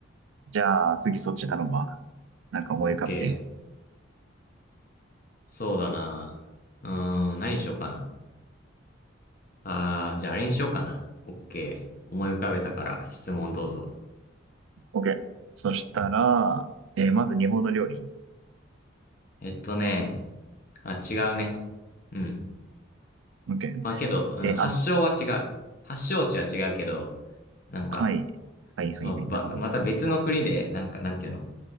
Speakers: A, on the right; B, on the left.
A: ー。じゃあ、次そっち頼むわ。なんか思い浮かべて。
B: オッケー。そうだな。うーん、何にしようかな。あー、じゃああれにしようかな。オッケー。思い浮かべたから質問どうぞ。
A: オッケー。そしたら、えーまず日本の料理。
B: えっとね、あ、違うね。うん。
A: オッケー。
B: まあけど、うん、
A: えーあ、
B: 発祥は違う。発祥地は違うけど、なんか、
A: はい。はいはいはい。
B: その、ば、
A: なるほど。
B: また別の国で、なんか、なんていうの